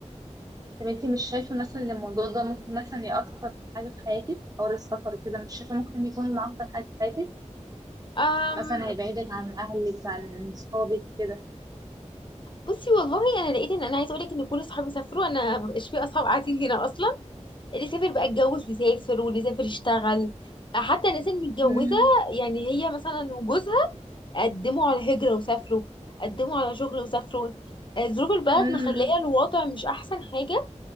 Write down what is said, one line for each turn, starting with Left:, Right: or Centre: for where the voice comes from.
Right: طب انتي مش شايفة مثلا ان الموضوع ده ممكن مثلا يأثر في حاجة في حياتك او السفر وكده مش شايفة ممكن يكون معطل حاجة في حياتك
Left: أم
Right: مثلا هيبعدك عن اهلك عن صحابك كده
Left: بصي والله انا لقيت ان انا عايزه اقول لك ان كل اصحابي سافروا انا مبقاش في اصحاب قاعدين هنا اصلا اللي سافر بقى اتجوز بيسافر واللي سافر يشتغل حتى الناس المتجوزه
Right: امم
Left: يعني هي مثلا وجوزها قدموا على هجره وسافروا قدموا على شغل وسافروا آه، ظروف البلد
Right: امم
Left: مخليه الوضع مش احسن حاجه